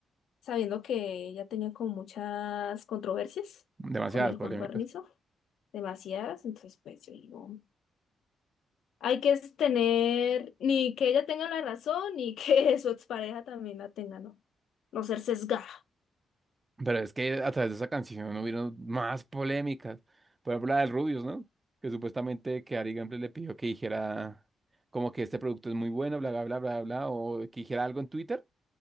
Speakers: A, on the left; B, on the right.
A: sabiendo que ya tenía como muchas controversias
B: Demasiadas
A: con el
B: polémicas.
A: Juan Guarnizo, demasiadas, entonces pues yo digo, hay que es tener ni que ella tenga la razón ni que <laughs> su expareja también la tenga, no, no ser sesgada.
B: Pero es que a través de esa canción hubieron más polémicas. Por ejemplo, la del Rubius, ¿no? Que supuestamente que Ari Gamble le pidió que dijera como que este producto es muy bueno, bla, bla, bla, bla, bla, o que dijera algo en Twitter